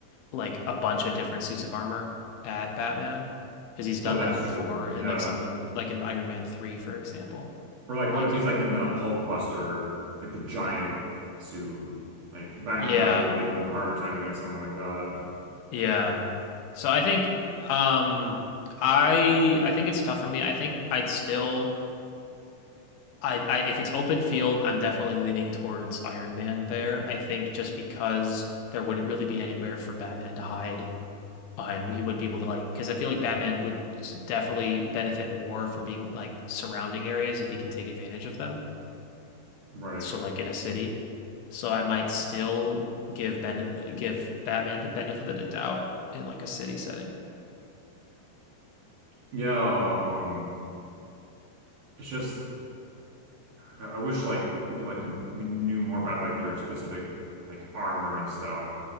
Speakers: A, on the left (about 80°); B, on the right (about 55°).
A: like a bunch of different suits of armor at Batman because he's done
B: Oh, that's
A: that before
B: true.
A: in
B: Yeah.
A: like some of the movies, like in Iron Man 3, for example.
B: Or like,
A: Like
B: what if he's
A: he,
B: like in the Hulk Buster, like the giant suit? Like Batman
A: yeah,
B: probably have even harder time against something like that.
A: yeah. So I think, um, I I think it's tough for me. I think I'd still. I, I if it's open field, I'm definitely leaning towards Iron Man there. I think just because there wouldn't really be anywhere for Batman to hide, uh, and he wouldn't be able to like, because I feel like Batman would s- definitely benefit more from being like surrounding areas if he can take advantage of them.
B: Right.
A: So like in a city. So I might still give Ben give Batman the benefit of the doubt in like a city setting.
B: Yeah. Um. It's just I, I wish like we could like com we knew more about like their specific like armor and stuff.